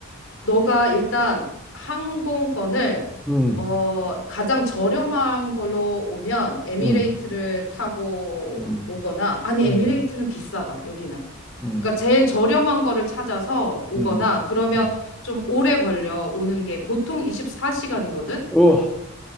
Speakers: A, on the left; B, in the centre.
A: 너가 일단 항공권을
B: 음,
A: 어, 가장 저렴한 걸로 오면 에미레이트를
B: 음,
A: 타고
B: 음,
A: 오거나 아니 에미레이트는
B: 음.
A: 비싸다 여기는.
B: 음,
A: 그러니까 제일 저렴한 거를 찾아서 오거나
B: 음,
A: 그러면
B: 음.
A: 좀 오래 걸려 오는 게 보통 24시간이거든.
B: 어,